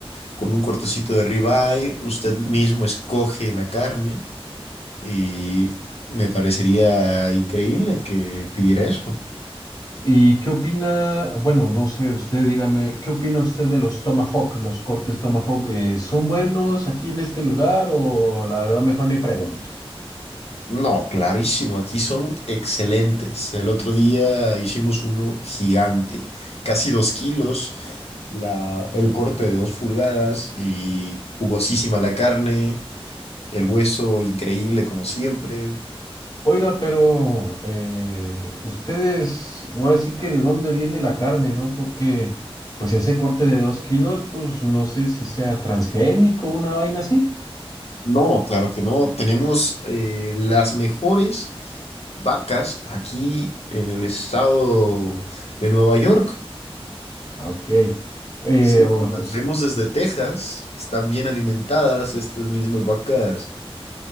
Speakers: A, on the left; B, on the left.
A: con un cortecito de ribeye. Usted mismo escoge la carne. Y me parecería increíble que pidiera eso.
B: ¿Y qué opina? Bueno, no sé, usted dígame, ¿qué opina usted de los Tomahawk, los cortes Tomahawk? eh, ¿son buenos aquí en este lugar o la verdad mejor ni pregunto?
A: No, clarísimo, aquí son excelentes. El otro día hicimos uno gigante, casi dos kilos, la, el corte de dos pulgadas y jugosísima la carne, el hueso increíble como siempre.
B: Oiga, pero eh, ustedes, ahora sí que de dónde viene la carne, ¿no? Porque pues ese corte de dos kilos, pues no sé si sea transgénico o una vaina así.
A: No, claro que no. Tenemos eh, las mejores vacas aquí en el estado de Nueva York.
B: Ok. Eh,
A: Sí,
B: o-
A: no, las traemos desde Texas, están bien alimentadas, estas mismas vacas